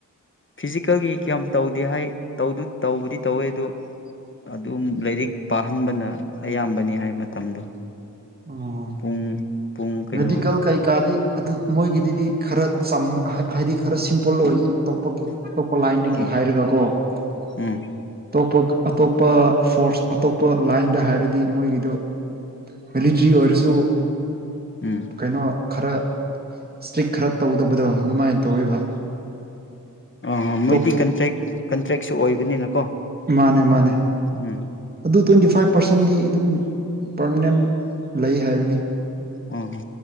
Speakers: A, on the left; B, on the right.
A: ꯐꯤꯖꯤꯀꯦꯜꯒꯤ ꯀꯌꯥꯝ ꯇꯧꯗꯦ ꯍꯥꯏ ꯇꯧꯗꯨ ꯇꯧꯕꯨꯗꯤ ꯇꯧꯋꯦ ꯑꯗꯨ ꯑꯗꯨꯝ ꯂꯥꯏꯔꯤꯛ ꯄꯥꯍꯟꯕꯅ ꯑꯌꯥꯝꯕꯅꯤ ꯍꯥꯏ ꯃꯇꯝꯗꯣ
B: ꯑꯣ
A: ꯄꯨꯡ ꯄꯨꯡ ꯀꯩꯅꯣ
B: ꯃꯦꯗꯤꯀꯦꯜ ꯀꯩꯀꯥꯗꯤ ꯑꯗꯨ ꯃꯣꯏꯒꯤꯗꯤꯗꯤ ꯈꯔ ꯆꯝꯃꯦ ꯍꯥꯏꯗꯤ ꯈꯔ ꯁꯤꯝꯄꯜ ꯑꯣꯏꯌꯦ ꯑꯇꯣꯞꯄꯒꯤ ꯑꯇꯣꯞꯄ ꯂꯥꯏꯟꯗꯒꯤ
A: ꯑꯣ
B: ꯍꯥꯏꯔꯒꯀꯣ ꯑꯇꯣꯞꯄ
A: ꯎꯝ
B: ꯑꯇꯣꯞ ꯑꯇꯣꯞꯄ ꯐꯣꯔꯁ ꯑꯇꯣꯞꯄ ꯂꯥꯏꯟꯗ ꯍꯥꯏꯔꯗꯤ ꯃꯣꯏꯒꯤꯗ ꯃꯤꯂꯤꯇ꯭ꯔꯤ ꯑꯣꯏꯔꯁꯨ
A: ꯎꯝ
B: ꯀꯩꯅꯣ ꯈꯔ ꯏꯁꯇ꯭ꯔꯤꯛ ꯈꯔ ꯇꯧꯗꯕꯗꯣ ꯑꯗꯨꯃꯥꯏ ꯇꯧꯋꯦꯕ
A: ꯑ ꯃꯣꯏꯗꯤ
B: ꯇꯣꯞ
A: ꯀꯟꯇ꯭ꯔꯦꯛ ꯀꯟꯇ꯭ꯔꯦꯛꯁꯨ ꯑꯣꯏꯕꯅꯤꯅꯀꯣ
B: ꯃꯥꯅꯦ ꯃꯥꯅꯦ
A: ꯎꯝ
B: ꯑꯗꯨ ꯇꯣꯢ ꯐꯥꯏꯚ ꯄꯥꯔꯁꯦꯟꯗꯤ ꯑꯗꯨꯝ ꯄꯔꯃꯅꯦꯟ ꯂꯩ ꯍꯥꯏꯕꯅꯤ
A: ꯑꯣ ꯍꯣ